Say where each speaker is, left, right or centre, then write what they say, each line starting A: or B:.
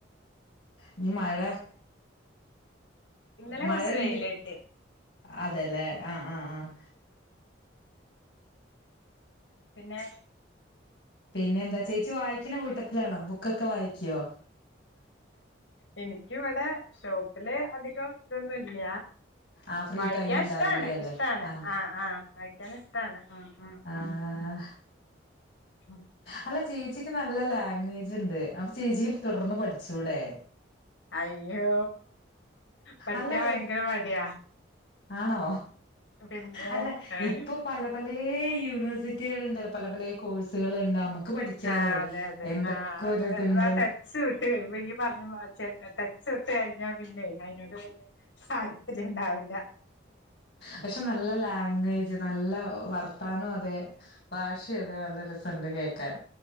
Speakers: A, on the left (about 60°); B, on the left (about 75°).
A: ഇഞ്ഞ്മഴ
B: ഇന്നലെ
A: മഴണ്ട്
B: കൊറച്ച് വെയില് കിട്ടി
A: അതെല്ലേ ആഹ് ആഹ്
B: പിന്നെ
A: പിന്നെ എന്താ ചേച്ചി വായിക്കണ കൂട്ടത്തിലാണോ ബുക്കൊക്കെ വായിക്കോ?
B: എനിക്ക ഇവിടെ ഷോപ്പില് അധികം ഇതൊന്നും ഇല്ല.
A: ആ ഫ്രീ
B: വായിക്കാൻ
A: ടൈം ഉണ്ടാവില്ലേ
B: ഇഷ്ടാണ്
A: അല്ലേ
B: ഇഷ്ടാണ്
A: അതെ
B: ആഹ് ആഹ് വായിക്കാൻ ഇഷ്ടാണ് ഉം ഉം ഉം
A: ആഹാ
B: ഉം
A: അല്ല ചേച്ചിക്ക് നല്ല ലാംഗ്വേജ് ഉണ്ട് അപ്പൊ ചേച്ചിക്ക് തുടർന്ന് പഠിച്ചുടെ?
B: അയ്യോ പഠിക്കാൻ
A: അല്ല
B: ഭയങ്കര മടിയാ
A: ആണോ
B: പിന്നെ
A: അല്ല
B: ഏഹ്
A: ഇപ്പൊ പല പലേ യൂണിവേഴ്സിറ്റികൾണ്ടല്ല പല പലേ കോഴ്സുകളുണ്ട നമ്മുക്ക് നമുക്ക് പഠിക്കാലോ
B: ആഹ് അതെ അതെ
A: എന്തൊക്കെ
B: ആഹ്
A: ഒര്
B: അത്
A: തുണ്ട്
B: അതാ ടച്ച് വിട്ട് കഴിയ്പോ ഈ പറഞ്ഞഞ് ടച്ച് വിട്ട കഴിഞ്ഞാ പിന്നെ അതിനോട് തന്നെ താല്പര്യംണ്ടാവില്ല
A: പക്ഷെ നല്ല ലാംഗ്വേജ് നല്ല വർത്താനോ അതെ ഭാഷേ അതെ നല്ല രസണ്ട് കേക്കാൻ.